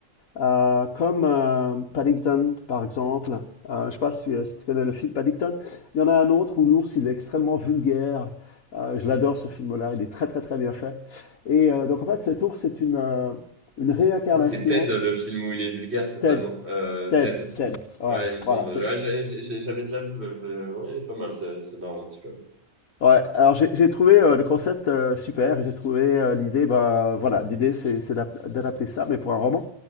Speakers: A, on the left; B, on the right.
A: euh, comme euh, Paddington, par exemple. Euh, je ne sais pas si tu, si tu connais le film Paddington. Il y en a un autre où l'ours, il est extrêmement vulgaire. Euh, je l'adore ce film-là, il est très très très bien fait. Et euh, donc en fait, cet ours, c'est une, euh, une réincarnation.
B: Ah, c'est Ted, le film où il est vulgaire, c'est ça,
A: Ted,
B: non? Euh,
A: Ted,
B: Ted.
A: Ted. Ouais,
B: Ouais, il me semble.
A: voilà.
B: Ouais,
A: c'est-
B: j'ai- j'ai- j'avais déjà vu. le- le- Ouais, pas mal, c'est c'est marrant un petit peu.
A: Ouais, alors j'ai j'ai trouvé euh, le concept euh, super, j'ai trouvé euh, l'idée, bah voilà, l'idée c'est c'est d'ap- d'adapter ça, mais pour un roman.